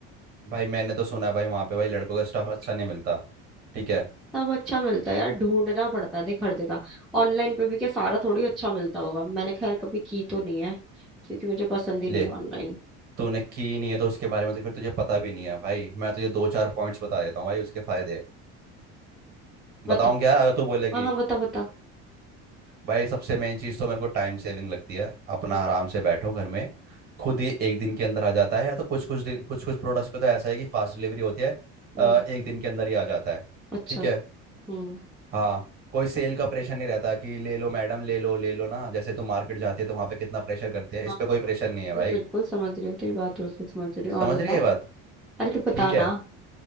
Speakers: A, on the right; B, in the centre.
A: भाई मैंने तो सुना है भाई वहाँ पे भाई लड़कों का स्टफ अच्छा नहीं मिलता ठीक है
B: सब अच्छा मिलता है यार ढूंढना पड़ता है देख हर जगह ऑनलाइन पे भी क्या सारा थोड़ी अच्छा मिलता होगा मैंने खैर कभी की तो नहीं है क्योंकि मुझे पसंद ही
A: ले
B: नहीं है ऑनलाइन
A: तूने की नहीं है तो उसके बारे में तो फिर तुझे पता भी नहीं है भाई मैं तुझे दो चार पॉइंट्स बता देता हूँ भाई उसके फायदे
B: बता
A: बताऊँ क्या अगर तू बोलेगी
B: हाँ हाँ बता बता
A: भाई सबसे मेन चीज़ तो मेरे को टाइम सेविंग लगती है अपना
B: हम्म
A: आराम से बैठो घर में खुद ही एक दिन के अंदर आ जाता है या तो कुछ कुछ कुछ कुछ प्रोडक्ट्स पे तो ऐसा है कि फास्ट डिलीवरी होती है
B: हम्म,
A: अ, एक दिन के अंदर ही आ जाता है
B: अच्छा
A: ठीक है
B: हम्म
A: हाँ कोई सेल का प्रेशर नहीं रहता कि ले लो मैडम ले लो ले लो ना जैसे तुम मार्केट जाते हो तो वहाँ पे कितना प्रेशर करते हैं इस
B: हाँ
A: पे कोई प्रेशर
B: हाँ, बिल्कुल
A: नहीं है भाई
B: बिल्कुल समझ रही हूँ तेरी बात बिल्कुल समझ रही हूँ
A: समझ
B: और बता
A: रही है बात
B: अरे तो बता
A: ठीक है
B: ना